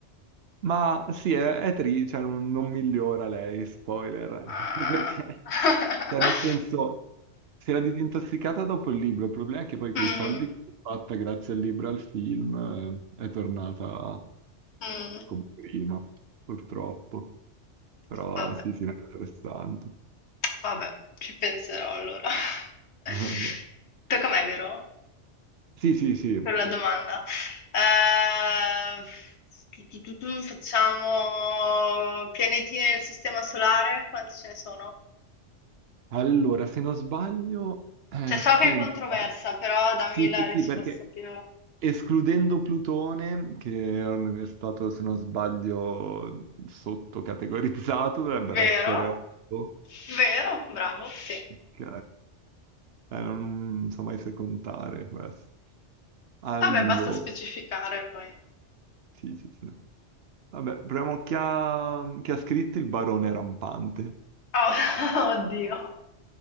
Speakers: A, on the right; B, on the left.
A: Ma sì, è, è tri- cioè, non, non migliora lei, spoiler,
B: Ah.
A: <laughs> perché,
B: <laughs>
A: cioè, nel senso, si era disintossicata dopo il libro, il problema è che poi quei
B: Mm,
A: soldi che si è fatta grazie al libro e al film eh, è tornata
B: mm.
A: come prima, purtroppo, però
B: Vabbè,
A: sì, sì, era interessante.
B: vabbè, ci penserò allora. <laughs>
A: <laughs>
B: Tocca a me, vero?
A: Sì, sì, sì.
B: Per la domanda. Eh, tu, tu, tu, tu, facciamo pianeti nel sistema solare? Quanti ce ne sono?
A: Allora, se non sbaglio, eh,
B: Cioè, so
A: senta.
B: che è controversa, però dammi
A: Sì,
B: la
A: sì,
B: risposta
A: sì, perché...
B: più...
A: Escludendo Plutone, che è stato, se non sbaglio, sottocategorizzato, dovrebbero
B: Vero?
A: essere 8.
B: Vero? Bravo, sì.
A: Ok, Eh, non so mai se contare questo. Allora,
B: Vabbè, basta specificare poi.
A: sì, sì, sì. Vabbè, proviamo chi ha, chi ha scritto il Barone Rampante.
B: Oh, <laughs> oddio,